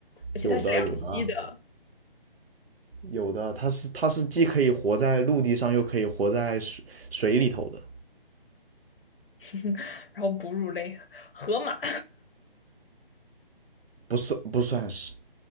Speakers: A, on the left; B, on the right.
A: 而且它是两栖的，
B: 有的有的啊有的，它是它是既可以活在陆地上，又可以活在水水里头的，
A: <laughs> 然后哺乳类河马，
B: 不算不算是